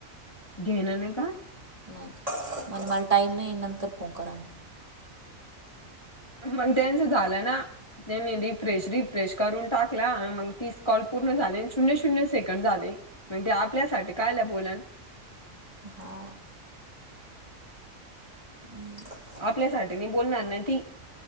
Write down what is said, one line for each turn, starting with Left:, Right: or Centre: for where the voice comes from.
Left: घ्यायना, नाही का?
Right: नाही. म्हणे, मला टाईम नाही. नंतर फोन करा.
Left: मग, त्यांचं झालं ना? त्यांनी रिफ्रेश- रिफ्रेश करून टाकला. मग तीच कॉल पूर्ण झाले. शून्य - शून्य सेकंड झाले. मग ती, आपल्यासाठी कायला बोलन.
Right: हा. हं.
Left: आपल्यासाठी नि बोलणार न ती.